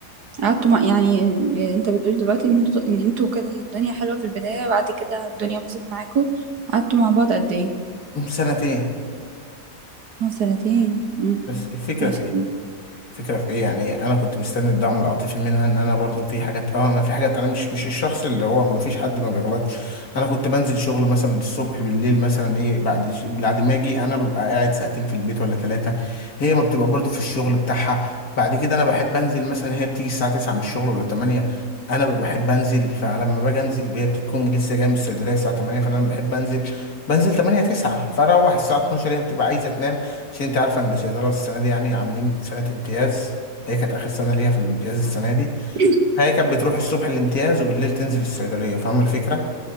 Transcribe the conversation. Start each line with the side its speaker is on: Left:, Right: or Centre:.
Right: قعدتوا مع يعني إيه، انت بتقول دلوقتي ان انتوا ان انتوا كده الدنيا حلوة في البداية بعد كده الدنيا باظت معاكوا قعدتوا مع بعض قد ايه؟
Left: سنتين
Right: اه سنتين امم
Left: بس الفكرة
Right: ماشي
Left: في إيه فكرة في ايه يعني انا كنت مستني الدعم العاطفي منها ان انا برضو في حاجات اه انا في حاجات انا مش مش الشخص اللي هو ما فيش حد ما بيغلطش انا كنت بنزل شغل مثلا الصبح بالليل مثلا ايه بعد ش- بعد ما اجي انا ببقى قاعد ساعتين في البيت ولا ثلاثة هي ما بتبقى برضو في الشغل بتاعها بعد كده انا بحب انزل مثلا هي بتيجي الساعة 9 من الشغل ولا 8 انا ببقى بحب انزل فلما باجي انزل هي بتكون لسه جايه من الصيدليه الساعه 8 فانا بحب انزل بنزل 8 9 فاروح الساعه 12 هي بتبقى عايزه تنام عشان انت عارفه ان الصيدله السنه دي يعني عاملين سنه امتياز هي كانت اخر سنه ليها في الامتياز السنه دي
Right: <clears throat>
Left: هي كانت بتروح الصبح الامتياز وبالليل تنزل الصيدليه فاهمه الفكره